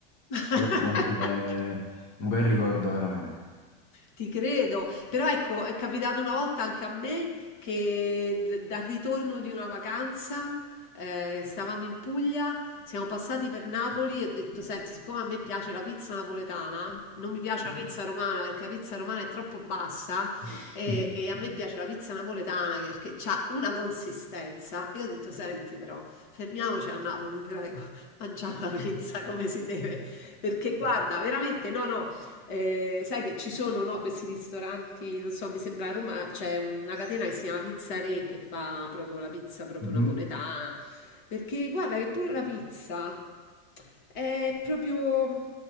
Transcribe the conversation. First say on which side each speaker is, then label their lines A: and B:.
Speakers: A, on the left; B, on the left.
A: <laughs>
B: Però comunque eh, un bel ricordo veramente.
A: Ti credo, però ecco, è capitato una volta anche a me che d- dal ritorno di una vacanza, eh, stavamo in Puglia, siamo passati per Napoli e ho detto, senti, siccome a me piace la pizza napoletana, non mi piace la pizza romana perché la pizza romana è troppo bassa
B: <laughs>
A: e, e a me piace la pizza napoletana perché ha una consistenza. Io ho detto, senti però, fermiamoci a Napoli, prego, <laughs> mangiamo la pizza come si deve, perché guarda, veramente, no, no. Eh, sai che ci sono, no, questi ristoranti, non so, mi sembra a Roma c'è una catena che si chiama Pizza Re che fa proprio la pizza proprio
B: Mhm.
A: napoletana. Perché guarda che pure la pizza è proprio